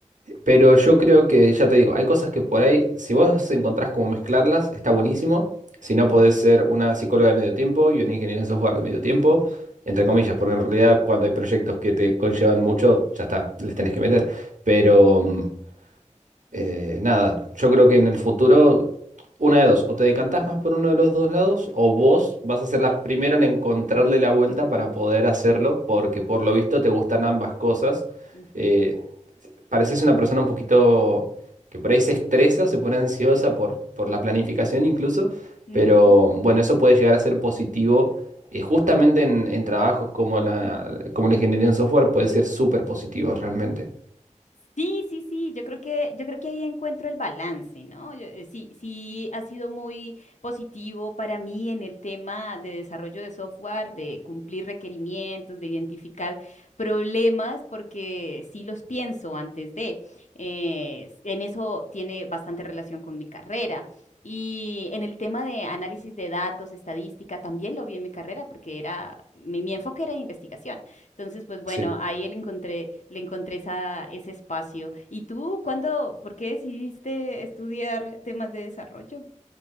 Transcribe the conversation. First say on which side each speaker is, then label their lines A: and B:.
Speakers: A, on the right; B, on the left.
A: Pero yo creo que, ya te digo, hay cosas que por ahí, si vos encontrás cómo mezclarlas, está buenísimo. Si no, podés ser una psicóloga de medio tiempo y una ingeniera en software de medio tiempo, entre comillas, porque en realidad cuando hay proyectos que te conllevan mucho, ya está, les tenés que meter. Pero... mm, eh, nada, yo creo que en el futuro, una de dos, o te decantás más por uno de los dos lados, o vos vas a ser la primera en encontrarle la vuelta
B: <laughs>
A: para poder hacerlo, porque por lo visto te gustan ambas cosas.
B: Ujú,
A: Eh, pareces una persona un poquito que por ahí se estresa, se pone ansiosa por, por la planificación incluso,
B: ujú,
A: pero bueno, eso puede llegar a ser positivo. eh, justamente en, en trabajos como la, como la ingeniería en software puede ser súper positivo realmente.
B: Sí, sí, sí, yo creo que, yo creo que ahí encuentro el balance, ¿no? Yo- eh, sí, sí ha sido muy positivo para mí en el tema de desarrollo de software, de cumplir requerimientos, de identificar problemas, porque sí los pienso antes de. eh, en eso tiene bastante relación con mi carrera. Y en el tema de análisis de datos, estadística, también lo vi en mi carrera porque era, mi, mi enfoque era de investigación. Entonces, pues bueno,
A: Sí.
B: ahí le encontré, le encontré esa, ese espacio. ¿Y tú cuándo, por qué decidiste estudiar temas de desarrollo?